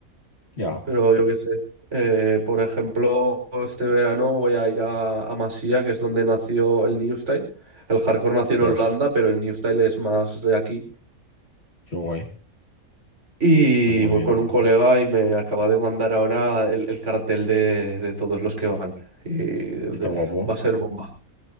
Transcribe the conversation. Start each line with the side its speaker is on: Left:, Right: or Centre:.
Left: Ya,
Right: pero yo qué sé. Eh, por ejemplo, este verano voy a ir a, a Masía, que es donde nació el New Style. El hardcore nació
Left: tras,
Right: en Holanda, pero el New Style es más de aquí.
Left: qué guay.
Right: Y
Left: Pues muy
Right: voy
Left: bien,
Right: con
Left: tío.
Right: un colega y me acaba de mandar ahora el, el cartel de, de todos los que van. Y de-
Left: ¿Está guapo?
Right: va a ser bomba.